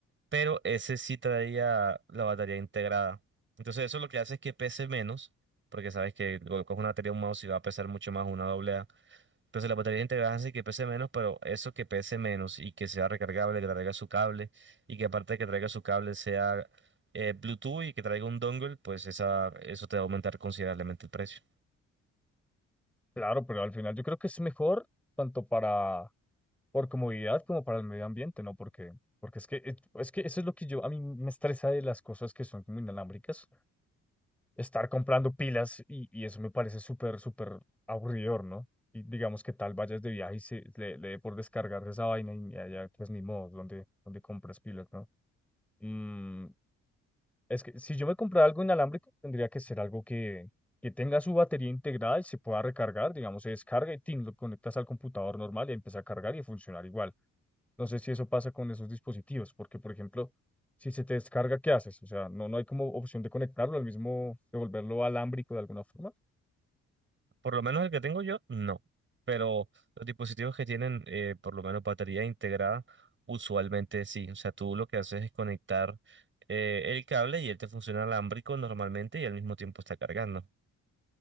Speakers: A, on the right; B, in the centre.
A: pero ese sí traía la batería integrada. Entonces eso lo que hace es que pese menos, porque sabes que colocas una batería un mouse y va a pesar mucho más una doble A. Entonces la batería integrada hace que pese menos, pero eso que pese menos y que sea recargable, que traiga su cable y que aparte de que traiga su cable sea eh, Bluetooth y que traiga un dongle, pues esa, eso te va a aumentar considerablemente el precio.
B: Claro, pero al final yo creo que es mejor tanto para por comodidad como para el medio ambiente, ¿no? Porque, porque es que, es es que eso es lo que yo, a mí me estresa de las cosas que son como inalámbricas, estar comprando pilas y, y eso me parece súper, súper aburridor, ¿no? Y digamos que tal vayas de viaje y se, le, le dé por descargar esa vaina y allá pues ni modo, donde, donde compras pilas, ¿no? Mm, Es que si yo me comprara algo inalámbrico, tendría que ser algo que, que tenga su batería integrada y se pueda recargar, digamos, se descarga y tin, lo conectas al computador normal y empieza a cargar y a funcionar igual. No sé si eso pasa con esos dispositivos, porque, por ejemplo, si se te descarga, ¿qué haces? O sea, no, no hay como opción de conectarlo al mismo, de volverlo alámbrico de alguna forma.
A: Por lo menos el que tengo yo, no. Pero los dispositivos que tienen, eh, por lo menos batería integrada, usualmente sí. O sea, tú lo que haces es conectar eh, el cable y él te funciona alámbrico normalmente y al mismo tiempo está cargando.